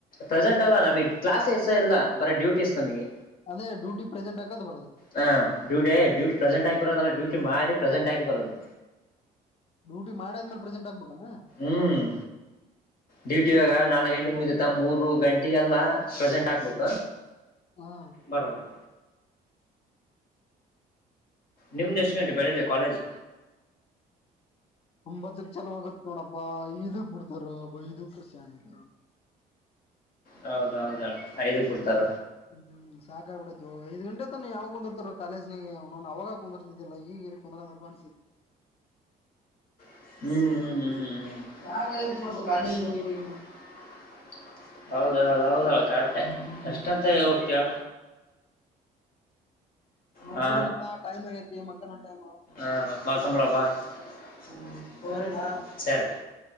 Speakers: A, on the left; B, on the left.
A: ಪ್ರೆಸೆಂಟ್ ಅಲ್ಲ ನಮಗೆ ಕ್ಲಾಸ್ ಎಸ ಇಲ್ಲ ಬರ ಡ್ಯೂಟೀಸ್ ನಮಗೆ
B: ಅದೇ ಡೂಟಿ ಪ್ರೆಸೆಟ್ ಹಾಕದ ಬರೋದು
A: ಹಾ ಡ್ಯೂಟಿ ಪ್ರೆಸಂಟ್ ಆಗಿ ಬರದಲ್ಲ ಡೂಟಿ ಮಾಡಿ ಪ್ರೆಸೆಟ್ ಆಗಿ ಬರೋದು
B: ಡ್ಯೂಟಿ ಮಾಡ ಆದ್ಮೇಲೆ ಪ್ರೆಸೆಂಟ್ ಆಗ್ಬೇಕಲ್ಲ
A: ಹ್ಮ್ ಡ್ಯೂಟಿ ಇಗ ನಾಲ್ಕು ಗಂಟೆ ಮುಗಿತತ್ತ ಮೂರು ಗಂಟೆ ಲ್ಲ ಪ್ರೆಸೆಂಟ್ ಆಗ್ಬೇಕ
B: ಹಾ
A: ಬರಬೇಕ ನಿಮ್ದ ಎಷ್ಟು ಗಂಟೆ ಬೆಳಿಗ್ಗೆ ಕಾಲೇಜ್
B: ಒಂಬತ್ತಕ್ ಚಲೋ ಆಗತ್ ನೋಡಪ್ಪಾ ಐದಕ್ ಬಿಡ್ತಾರಬ್ಬ ಐದಕ್ ಸ್ಯಾಂಟ್
A: ಹೌದೌದಾ ಐದು ಕೊಡ್ತಾರ
B: ಹ್ಮ್ ಸಾಕ ಆಾಗಿಬಿಡೈತು ಐದ ಗಂಟೆ ತ ಯಾವಾಗ ಕುಂದರ್ತ ಕಾಲೇಜ್ನಿಗೆ ಅವ ಅವವಾಗ ಕುಂದಿರ್ತಿದಿಲ್ಲ ಈಗ ಕೊಂದಡದಪ್ಪನ್ಸರ್
A: ಹ್ಮ್ ಹ್ಮ್
B: ಸಾಕಾಗೈತ್ ನೋಡಪ್ಪ
A: ಹ್ಮ್
B: ಕಾಲೇಜ್ ಹೋಗಿ ಹೋಗಿ ನಾ
A: ಹ್ಮ ಹೌದೌದ ಹೌದಳ ಕರೆಕ್ಟ್
B: ಹ್ಮ್
A: ಎಷ್ಟಂತ ಹೋಗ್ತೇಳ
B: ಮತ್ತೇನಪ್ಪಾ
A: ಹಾ
B: ಟೈಮ್ ಆಗೈತಿ ಮಕ್ಕನ ಟೈಮ್
A: ಹ ಮತ್ <unintelligible>
B: ಹ್ಮ್ ಫೋನ್ ಇಡ್ಲಾ
A: ಸರಿ